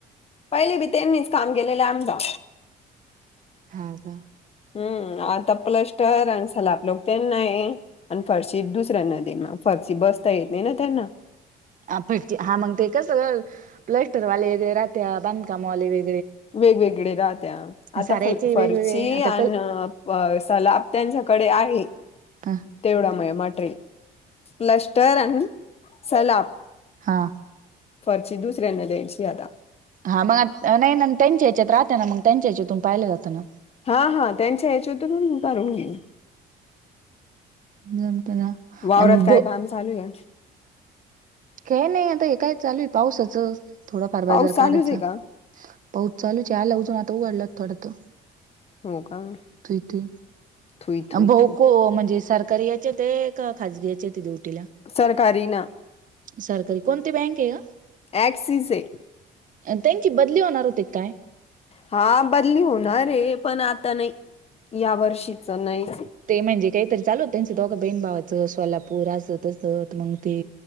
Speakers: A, on the left; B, on the right.
A: पहिले बी त्यांनीच काम केलेले आमचा.
B: हा का?
A: हम्म. आता प्लॅस्टर आणि सलाप लोपेक नाही आणि फरशी दुसऱ्यांना देनार फरशी बस ता येत नाही ना त्यांना.
B: ह पट हा मग ते कसं प्लॅस्टरवाले येगळे रात्या बांधकामवाले वे
A: वेगवेगळे राहत्या. आता
B: साऱ्याचे
A: फ फर्ची
B: वेगवेगळे आता
A: आणि
B: कल
A: सलाब त्यांच्याकडे आहे.
B: हा
A: तेवडा मय मटेरेल प्लॅस्टर अन् सलाप
B: हा.
A: फर्ची दुसऱ्यांना द्यायची आता.
B: हा मग नाही ना त्यांच्या ह्याच्यात राहते ना मग त्यांच्या याच्यातून पाहिलं जातं ना.
A: हा हा त्यांच्या याच्यातून करून घेईन.
B: जमतना
A: वावरात
B: अल्
A: काय
B: बु
A: काम चालू आहे?
B: काय नाही आता हे काय चालू आहे पावसाच. थोडाफार बाजार
A: पाऊस चालूच
B: काढायचा,
A: आहे का?
B: पाऊच चालूच आला अजून आता उघडलं थोडं तर
A: हो का?
B: ते ते
A: थुई थुई
B: आणि भाऊको
A: थुई
B: म्हणजे सर कारी याचे ते का खाजगी याच्यात आहे ड्युटीला
A: सरकारी ना
B: सरकारी कोणती बँक आहे गं,
A: ऍक्सिस आहे
B: त्यांची बदली होणार होती काय?
A: हा बदली होणार आहे पण आता नाही या वर्षीच नाहीच.
B: ते म्हणजे काहीतरी चालू त्यांचं दोघं बहिन भावाचं सोलापूर असं तसं मंग ते